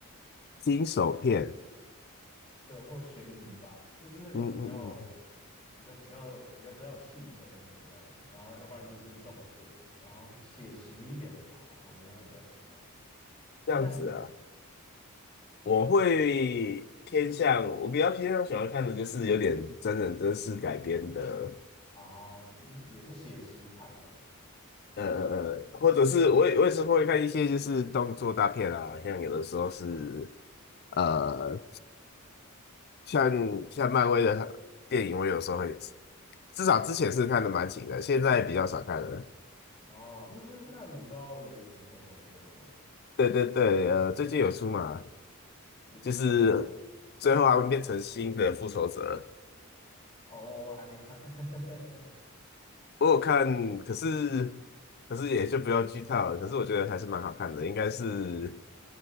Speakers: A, on the left; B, on the left.
A: 惊悚片，
B: 对，或悬疑吧，就是那种比较、
A: 嗯嗯嗯，
B: 比较、比较、比较、比较有气氛的这样。然后，要不然就是动作，然后写实一点的吧，我应该会比较喜欢。诶，
A: 这样子啊，
B: 那你呢？
A: 我会偏向，我比较偏向喜欢看的就是有点真人真事改编的，
B: 啊，应也是写实派这样。
A: 呃呃呃，或者是我也我也是会看一些就是动作大片啊，像有的时候是呃，像像漫威的电影，我有时候会，至少之前是看的蛮勤的，现在比较少看了。
B: 哦，那那那你知道《雷霆特工队》吗？
A: 对对对，呃，最近有出嘛，
B: 你你有看吗？
A: 就是最后他们变成新的复仇者，
B: 哦，我我还没看。<laughs>
A: 我有看，可是可是也就不要剧透了，可是我觉得还是蛮好看的，应该是